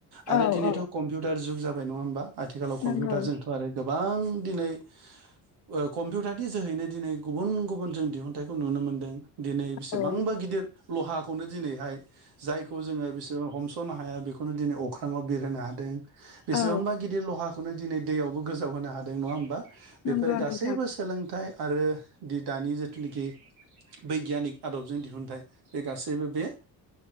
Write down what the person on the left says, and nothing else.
औ
औ
नंगौ
औ
औ
नंगौ
नोंथां